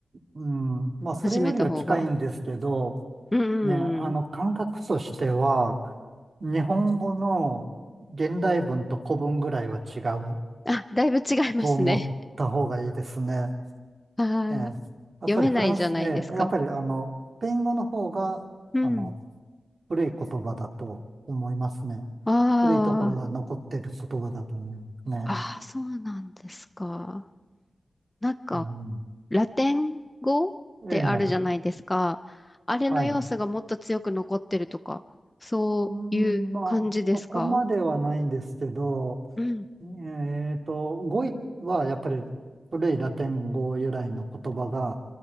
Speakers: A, on the right; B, on the left.
A: うん。まあ、それよりは近いんですけど、
B: 始めた方が。うんう
A: ね、あの感覚としては、
B: んうん。
A: 日本語の現代文と古文ぐらいは違う
B: あ、だいぶ違いますね。
A: と思った方がいいですね。
B: <laughs> ああ、
A: ええ、や
B: 読めないじゃないですか。
A: っぱりフランス、ええ、やっぱりあの、スペイン語の方が、
B: うん。
A: あの、古い言葉だと思いますね。
B: あ
A: 古いところが残っている言葉だと思いますね。
B: あ、ああ、そうなんですか。なんか、
A: うん。
B: ラテン語ってあるじゃないですか。
A: ええ、
B: あれの要素がもっと強く残ってるとか、
A: はい。
B: そういう感じですか
A: うん、まあ、そこまではないんですけど、
B: うん。
A: えっと、語彙はやっぱり古いラテン語由来の言葉が